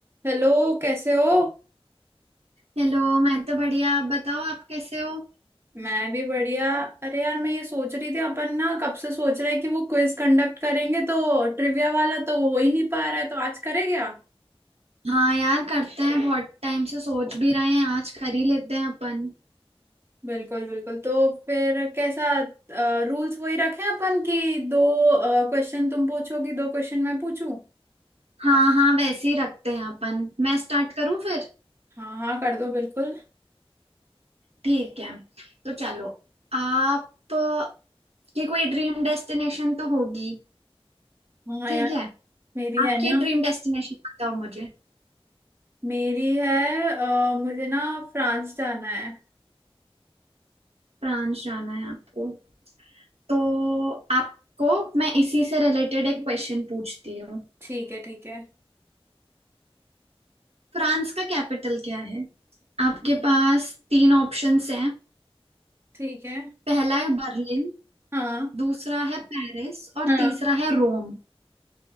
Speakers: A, on the right (about 25°); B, on the right (about 80°).
A: Hello कैसे हो
B: Hello मैं तो बढ़िया आप बताओ आप कैसे हो
A: मैं भी बढ़िया अरे यार मैं ये सोच रही थी अपन ना कब से सोच रहे हैं कि वो क्विज कंडक्ट करेंगे तो ट्रिविया वाला तो वो हो ही नहीं पा रहा है तो आज करे क्या
B: हाँ यार करते हैं बहुत टाइम से सोच भी रहे हैं आज कर ही लेते हैं अपन
A: बिल्कुल बिल्कुल तो फिर कैसा रूल्स वही रखें अपन कि दो क्वेश्चन तुम पूछोगी दो क्वेश्चन मैं पूछूं
B: हाँ हाँ वैसे ही रखते हैं अपन मैं स्टार्ट करूं फिर
A: हाँ हाँ कर दो बिल्कुल
B: ठीक है तो चलो आप अ, की कोई ड्रीम डेस्टिनेशन तो होगी
A: हाँ
B: ठीक
A: यार
B: है
A: मेरी है
B: आपकी
A: ना
B: ड्रीम डेस्टिनेशन बताओ मुझे
A: मेरी है अ, मुझे ना फ्रांस जाना है
B: फ्रांस जाना है आपको तो आपको मैं इसी से रिलेटेड एक क्वेश्चन पूछती हूँ
A: ठीक है ठीक है
B: फ्रांस का कैपिटल क्या है आपके पास तीन ऑप्शंस हैं
A: ठीक है
B: पहला है बर्लिन
A: हाँ
B: दूसरा है पेरिस और
A: हाँ
B: तीसरा है रोम